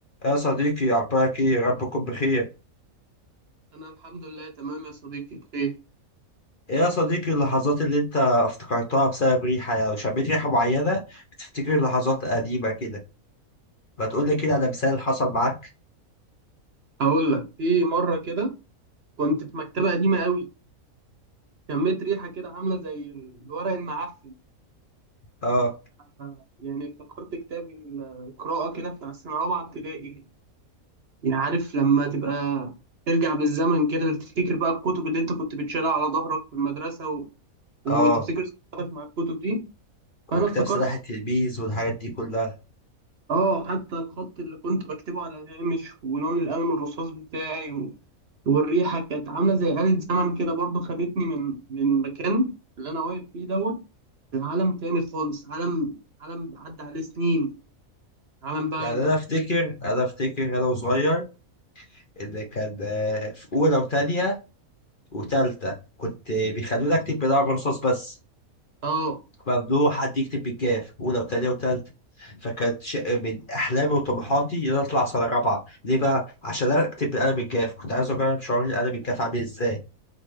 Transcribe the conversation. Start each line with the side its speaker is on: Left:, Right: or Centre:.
Left: يا صديقي أخبارك إيه؟ يا رب تكون بخير.
Right: انا الحمد لله تمام يا صديقي بخير
Left: إيه يا صديقي اللحظات اللي أنت افتكرتها بسبب ريحة يعني لو شميت ريحة معينة بتفتكر لحظات قديمة كده، ما تقول لي كده على مثال حصل معاك؟
Right: هقول لك في مره كده كنت في مكتبه قديمه قوي شميت ريحه كده عامله زي الورق المعفن
Left: آه
Right: آه، يعني افتكرت كتاب القراءه كده بتاع السنه الرابعه ابتدائي يعني عارف لما تبقى ترجع بالزمن كده تفتكر بقى الكتب اللي انت كنت بتشيلها على ظهرك في المدرسه و... وتفتكر
Left: آه
Right: ذكرياتك مع الكتب دي فانا
Left: وكتاب
Right: افتكرت
Left: سلاح التلميذ والحاجات دي كلها.
Right: اه حتى الخط اللي كنت بكتبه على الهامش ولون القلم الرصاص بتاعي والريحه كانت عامله زي آلة زمن كده برضو خدتني من من المكان اللي انا واقف فيه دوت لعالم تاني خالص عالم عالم عدى عليه سنين عالم بقى
Left: يعني أنا أفتكر أنا أفتكر أنا وصغير إن كان آه، في أولى وتانية وتالتة كنت بيخلونا أكتب بلعب رصاص بس.
Right: اه
Left: ممنوع حد يكتب بالجاف اولى وثانيه وثالثه فكانت شيء من احلامي وطموحاتي ان انا اطلع سنه رابعه ليه بقى عشان انا اكتب بالقلم الجاف كنت عايز اجرب شعور القلم الجاف عامل ازاي